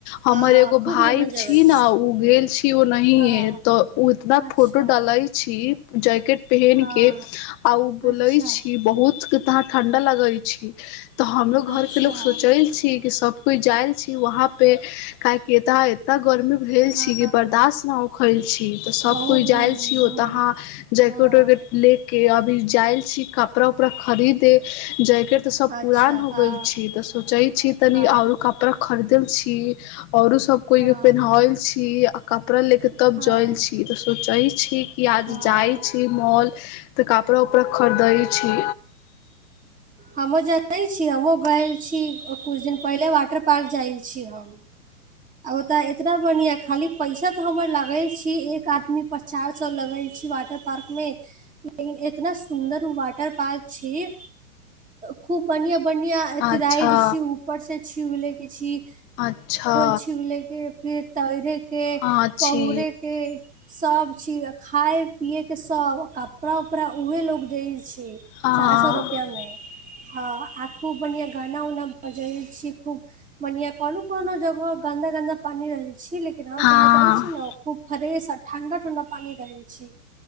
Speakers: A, on the left (about 25°); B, on the right (about 15°).
A: हमर
B: हँ
A: एगो
B: खूब
A: भाय
B: निमन जगह
A: छी ने ओ गेल छी ओनाे
B: हँ
A: तऽ उतना
B: अच्छा
A: फोटो डालै छी जैकेट पहिन
B: हँ
A: के आ बोलै
B: अच्छा
A: छी बहुत तहाँ ठण्डा लगै छी तऽ हमरो
B: अच्छा
A: घरके लो सोचैल छी कि सभ कोइ जाइ छी वहाँ पे काए की ह ए गर्मी भेल
B: हँ
A: छी कि बर्दास्त नहि उखल छी तऽ सभ
B: बहुत
A: कोइ जाय
B: गर्मी
A: छीयौ
B: बहुत
A: तऽ अहाँ जैकेट
B: हँ
A: वैकेट ले के अभी जायल छी कपड़ा उपड़ा खरीदे जे जेकेट तऽ सब
B: अच्छा
A: पुरान हो
B: हँ
A: गेल छी तऽ सोचे छी तनी
B: हँ
A: आ औरो कपड़ा खरीदल छी औरो सब को
B: हँ
A: पेहनाल छी कपड़ा ले के तब
B: हँ
A: जल छी त सोचे छी क आज
B: हँ
A: जाइ छी मॉल तऽ कपड़ा उपड़ा खरीदै छी
B: हमहु जानै छीय हमहु गैल छी कुछु दिन पहिले वाटर पार्क जाय छी हम औता एतना बढ़िया खाली पैसा तो हमर लागल छी एक आदमी पर चार सए लागल छी वाटर पार्क मे लेकिन इतना सुन्दर वाटर पार्क छि खूब बढ़िया बढ़िया अथ
A: अच्छा
B: राइड छी ऊपर से छी उ ले के छी
A: अच्छा
B: छिहुलै के फिर तैरे के
A: हँ छी
B: पहुरे के सभ चीज खाय पियए के सब कपड़ा उपड़ा उहे लोग दै छै
A: हँ
B: चार सए रुपआ में हाँ ओ बन गाना उना बजल छी खूब मनिया कोनो कोनो जगह गंन्दा गंन्दा पानी रह छै छी लेकिन हम
A: हँ
B: जहाँ जाय छी ने खूब फ्रेश आ ठंडा ठंडा ठंडा पानी रह छी